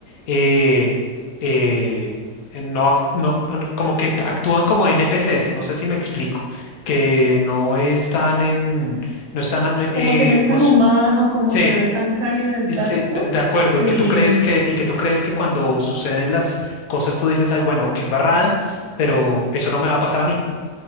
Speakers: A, on the left; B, on the right.
A: eh, eh, no, ac- no, no- no- como que actúan como NPCs, no sé si me explico, que no están en, no están, eh,
B: Como
A: eh,
B: que no es tan
A: pues,
B: humano, como
A: sí.
B: que no es tan cálido el
A: Ese-
B: tacto.
A: de, de acuerdo,
B: Sí,
A: y que tú crees que, y que tú crees que cuando suceden las cosas tú dices, ay, bueno, qué embarrada, pero eso no me va a pasar a mí.